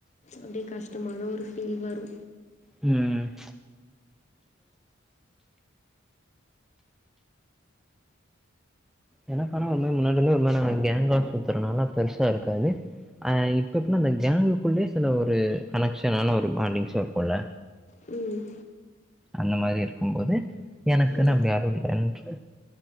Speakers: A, on the left; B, in the centre.
A: அப்டி கஷ்டமான ஒரு ஃபீல் வரு
B: ம் எனக்கானா ஒரு மரி முன்னாடி இருந்து ஒரு மரி நாங்க கேங்கா சுத்துறனால பெருசா இருக்காது அ இப்ப எப்னா அந்த கேங்குக்குள்ளயே சில ஒரு கனெக்ஷனான ஒரு பாண்டிங்ஸு இருக்குல்ல
A: ம்
B: அந்த மாரி இருக்குபோது எனக்குன்னு
A: ம்
B: அப்டி யாரு இல்லன்று